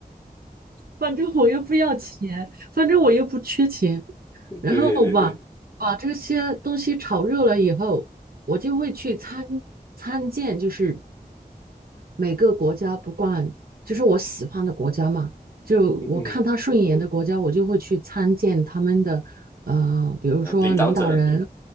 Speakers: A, on the right (about 70°); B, on the left (about 15°).
A: 反正我又不要钱，反正我又不缺钱，
B: 对对对，
A: 然后把把这些东西炒热了以后，我就会去参参见，就是每个国家不管就是我喜欢的国家嘛，就我看他顺眼的国家，
B: 嗯哼，
A: 我就会去参见他们的，呃，比如说领导人，
B: 呃，领导者，